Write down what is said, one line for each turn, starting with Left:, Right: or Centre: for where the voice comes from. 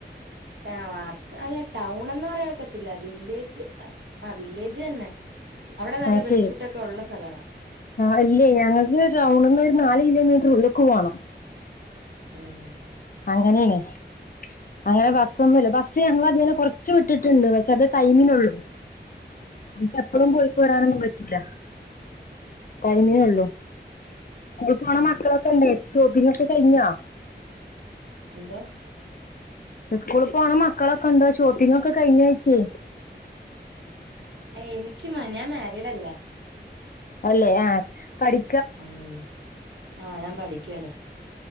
Right: ആഹ് അത് അല്ല ടൗൺന്ന് പറയാക്കത്തില്ല വില്ലേജ് ആഹ് വില്ലേജ് ന്നെ അവടെ നല്ല
Left: അത്
Right: ബസ്
Left: ശരി
Right: റൂട്ട ക്കെ ഉള്ള സ്ഥലാ.
Left: ആഹ് ഇല്ലേ ഞങ്ങക്ക് ടൗണ് ന്ന് ഒര് നാല് കിലോമീറ്റർ ഉള്ള്ക്ക് പോണം.
Right: ഉം
Left: അങ്ങനെണ് അങ്ങനെ ബസ്സ് ഒന്നുംല്ല ബസ് ഞങ്ങൾ അതിനെ കൊർച്ച് വിട്ട്ട്ട്ണ്ട് പക്ഷെ അത് ടൈമിനുള്ളു. നമക്ക് എപ്പളും
Right: ഉം
Left: പോയി പോരാനൊന്നും പറ്റൂല
Right: അതെല്ലേ
Left: തരിമീന ഉള്ളു. സ്‌കൂള് പോണ
Right: ഉം
Left: മക്കളൊക്കെണ്ടെ ഷോപ്പിംഗോക്ക് കഴിഞ്ഞോ?
Right: എന്തോ?
Left: സ്കൂള് പോണ മക്കളൊക്കെ ണ്ടോ ഷോപ്പിംഗൊക്കെ കഴ്ഞ്ഞോ ഴ്ച്ചേ?
Right: എനിക്ക് മ ഞാ മാരീഡ് അല്ല.
Left: അല്ലെ ആഹ് കടി
Right: അല്ലല്ല ആഹ് ഞാൻ പഠിക്ക്യാണ് ഇപ്പൊ.